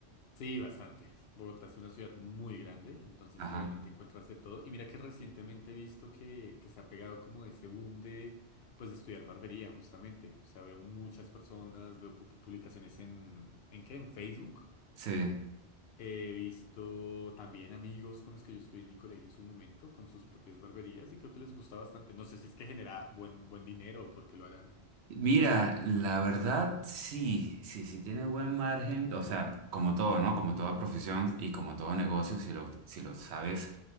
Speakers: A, on the left; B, on the right.
A: Sí, bastante. Bogotá es una ciudad muy grande, entonces
B: Ajá.
A: realmente encuentras de todo. Y mira que recientemente he visto que, que se ha pegado como ese boom de, pues, de estudiar barbería, justamente. O sea, veo muchas personas, veo pu- publicaciones en, ¿en qué? En Facebook.
B: Sí.
A: He visto también amigos con los que yo estudié en el colegio en su momento, con sus propias barberías, y creo que les gusta bastante. No sé si es que genera buen, buen dinero o por qué lo harán.
B: Mira, la verdad sí, sí, sí tiene buen margen, o sea, como todo, ¿no? Como toda profesión y como todo negocio, si lo, si lo sabes